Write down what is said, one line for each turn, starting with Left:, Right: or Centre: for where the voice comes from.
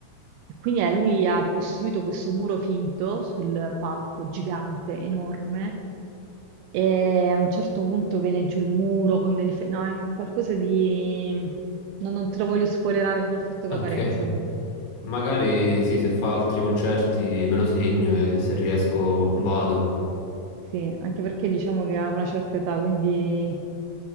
Right: E quindi eh, lui ha ricostruito questo muro finto sul palco, gigante, enorme, e a un certo punto viene giù il muro con delle... fe- No, è un qualcosa di... no, non te lo voglio spoilerare come ha fatto
Left: ok.
Right: Caparezza, guarda.
Left: Magari sì, se fa altri concerti me lo segno e se riesco vado.
Right: Sì, anche perché diciamo che ha una certa età, quindi